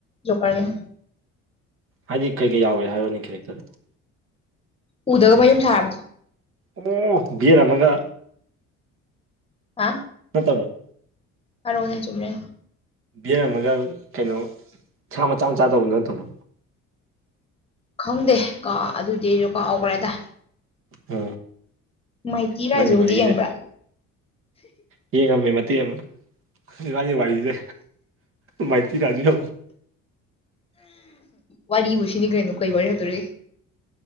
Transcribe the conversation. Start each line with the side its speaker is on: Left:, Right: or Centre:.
Left: ꯣꯀꯦ
Right: ꯍꯥꯏꯗꯤ ꯀꯩ ꯀꯩ ꯌꯥꯎꯋꯦ ꯍꯥꯏꯔꯣꯅꯤ ꯀꯦꯔꯦꯛꯇꯔꯗ
Left: ꯎꯗꯒ ꯃꯌꯨꯝ ꯁꯥꯕꯗꯣ
Right: ꯑꯣ ꯕꯤꯔ ꯑꯃꯒ
Left: ꯍꯥ
Right: ꯅꯠꯇꯧꯕꯣ
Left: ꯀꯔꯣꯅꯦ ꯆꯨꯝꯅꯦ
Right: ꯕꯤꯌꯔ ꯑꯃꯒ ꯀꯩꯅꯣ ꯁꯥ ꯃꯆꯥ ꯃꯆꯥ ꯇꯧꯕꯗꯨ ꯅꯠꯇꯕꯣ
Left: ꯈꯪꯗꯦ ꯀ ꯑꯗꯨꯗꯤ ꯑꯩꯖꯨ ꯀꯥꯎꯈ꯭ꯔꯦꯗ
Right: ꯑ
Left: ꯃꯥꯏꯇꯤ
Right: ꯏꯕꯥꯅꯤ
Left: ꯔꯥꯏꯖꯨꯗꯤ
Right: ꯃꯔꯤꯁꯦ
Left: ꯌꯦꯡꯕ꯭ꯔꯥ
Right: ꯌꯦ ꯉꯝꯃꯦ ꯃꯇꯛ ꯑꯃ ꯏꯕꯥꯅꯤ ꯋꯥꯔꯤꯗꯦ ꯃꯥꯩꯇꯤ ꯇꯥ ꯍꯧ
Left: ꯋꯥꯔꯤꯕꯨ ꯁꯤꯅꯤ ꯀꯩꯅꯣ ꯀꯩ ꯋꯥꯔꯤ ꯍꯥꯏꯗꯣꯔꯤ